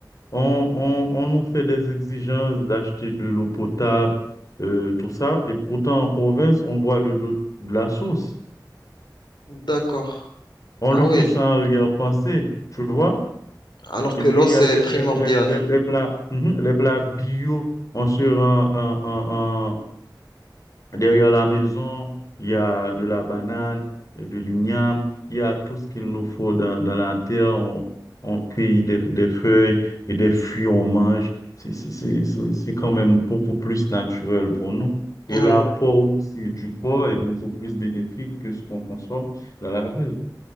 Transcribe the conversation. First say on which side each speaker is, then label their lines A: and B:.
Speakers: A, on the left (about 50°); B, on the left (about 80°).
A: on, on- on nous fait des exigences d'acheter de l'eau potable, euh, tout ça, et pourtant en province, on boit de l'eau de la source.
B: d'accord.
A: On
B: Ah
A: le fait
B: oui,
A: sans arrière-pensée, tu vois.
B: alors
A: Et
B: que
A: puis,
B: l'eau,
A: il
B: c'est
A: y a les,
B: primordial.
A: les, les, les- les plats, mhm, les plats bio, on se rend Derrière la maison, il y a de la banane, de l'igname, il y a tout ce qu'il nous faut dans, dans la terre. On, on cueille des, des feuilles et des fruits, on mange. C'est c'est- c'est- c'est- c'est quand même beaucoup plus naturel pour nous.
B: oui,
A: Et l'apport aussi du corps est beaucoup plus bénéfique que ce qu'on consomme dans la ville.